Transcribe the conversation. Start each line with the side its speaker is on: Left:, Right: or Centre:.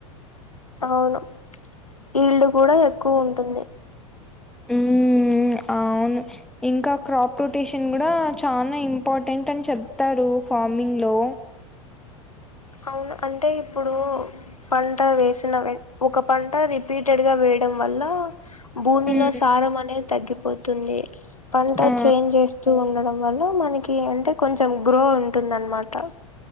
Left: అవును ఈళ్లు కూడా ఎక్కువ ఉంటుంది
Centre: ఉమ్ మ్ అవును ఇంకా క్రాప్ రొటేషన్ కూడా చానా ఇంపార్టెంట్ అని చెప్తారు ఫార్మింగ్ లో
Left: అవును అంటే ఇప్పుడు పంట వేసిన వెన్ ఒక పంట రి పీటెడ్ గా వేయడం వల్ల భూమిలో
Centre: హ్మ్.
Left: సారం అనేది తగ్గిపోతుంది పంట
Centre: ఆ!
Left: ఇగ చేంజ్ చేస్తూ ఉండడం వల్ల మనకి అంటే కొంచెం గ్రో ఉంటుంద అనమాట